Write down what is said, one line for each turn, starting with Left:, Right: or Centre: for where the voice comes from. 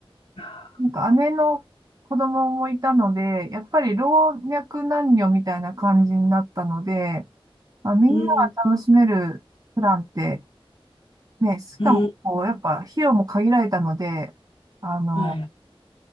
Left: あ
Right: なんか姉の子供もいたので、やっぱり老若男女みたいな感じになったので、まあ、みんなが楽しめるプランって、
Left: ーうん、
Right: ね、しかもこう、
Left: うん、
Right: やっぱ費用も限られたので、あの、
Left: はい。